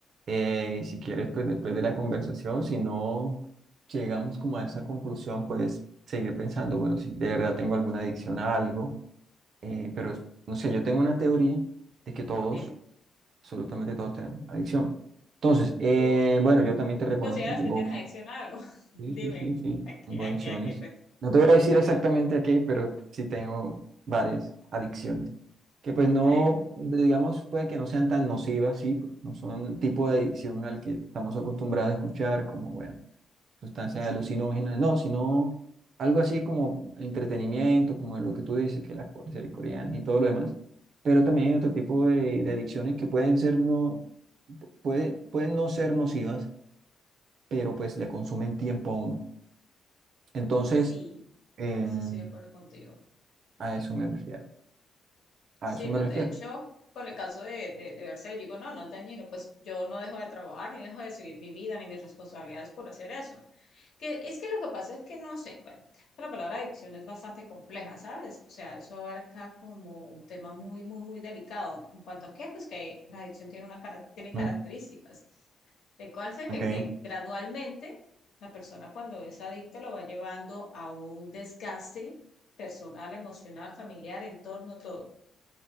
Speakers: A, on the right; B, on the left.
A: Eh, y si quieres, pues después de la conversación, si no llegamos como a esa conclusión, puedes seguir pensando, bueno, si de verdad tengo alguna adicción a algo, eh, pero no sé, yo tengo una teoría de que todos,
B: dime.
A: absolutamente todos tenemos adicción. Entonces, eh,
B: ¿Tú
A: bueno, yo también te reconozco,
B: ¿Tú consideras
A: tengo
B: que tienes adicción a algo? <laughs> Dime,
A: Sí, sí, sí, sí.
B: ¿a qué,
A: Tengo
B: a
A: adicciones.
B: qué, a qué? Cuenta-
A: No te voy a decir
B: Cuéntame.
A: exactamente aquí, pero sí tengo varias adicciones. Que pues no,
B: Sí,
A: digamos, puede que no sean tan nocivas, sí, porque no son el tipo de adicción al que estamos acostumbrados a escuchar, como, bueno, sustancias
B: sí,
A: alucinógenas, no, sino algo así como entretenimiento, como lo que tú dices, que las cosas coreanas y todo lo demás. Pero también hay otro tipo de, de adicciones que pueden ser no, puede, pueden no ser nocivas, pero pues le consumen tiempo a uno. Entonces,
B: sí.
A: Em,
B: A ver si estoy de acuerdo contigo.
A: a eso me refiero. A
B: Sí,
A: eso me
B: pues,
A: refiero.
B: de hecho, con el caso de, de, de verse, digo, no, no es dañino, pues yo no dejo de trabajar, ni dejo de seguir mi vida, ni mis responsabilidades por hacer eso. Que es que lo que pasa es que no sé, bueno, la palabra adicción es bastante compleja, ¿sabes? O sea, eso abarca como un tema muy, muy, muy delicado. En cuanto a qué, pues que la adicción tiene una cara- tiene
A: Mm,
B: características. De cual sea
A: ok,
B: que, que gradualmente la persona cuando es adicta lo va llevando a un desgaste personal, emocional, familiar, entorno, todo